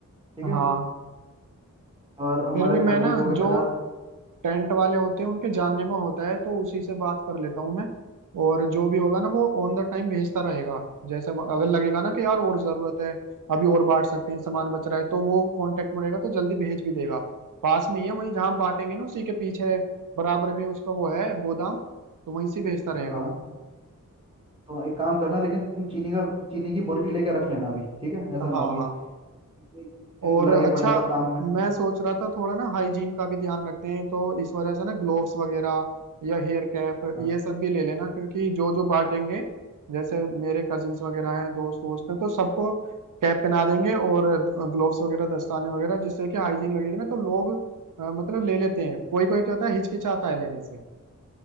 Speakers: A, on the right; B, on the right.
A: ठीक है
B: हाँ
A: और हमारे
B: फिर भी मैं
A: तरबूज
B: ना
A: हो गए
B: जो
A: पचास
B: टेंट वाले होते हैं उनके जानने में होता है तो उसी से बात कर लेता हूँ मैं और जो भी होगा ना वो ऑन द टाइम भेजता रहेगा जैसे अगर लगेगा ना कि यार और जरूरत है अभी और बांट सकते हैं सामान बच रहा है तो वो कांटेक्ट में रहेगा तो जल्दी भेज भी देगा पास में ही है वहीं जहाँ हम बांटेंगे ना उसी के पीछे बराबर में उसका वो है गोदाम तो वहीं से भेजता रहेगा
A: हाँ हाँ
B: वो
A: तो एक काम करना लेकिन तुम चीनी का चीनी की बोरी लेके रख लेना अभी ठीक है ऐसा
B: हाँ
A: ना होगी
B: हाँ
A: एक- एक दिन
B: और
A: लगे
B: अच्छा
A: पड़े हैं सब काम में
B: मैं सोच रहा था थोड़ा ना हाइजीन का भी ध्यान रखते हैं तो इस वजह से ना ग्लोव्स वगैरह या हेयर कैप
A: हाँ
B: ये सब भी ले लेना क्योंकि जो जो बांटेंगे जैसे मेरे कजिन्स वगैरह हैं दोस्त वोस्त हैं तो सबको कैप पहना देंगे और ग्लोव्स वगैरह दस्ताने वगैरह जिससे कि हाइजीन लगेगी ना तो लोग अ, मतलब ले लेते हैं कोई कोई क्या होता है हिचकिचाता है लेने से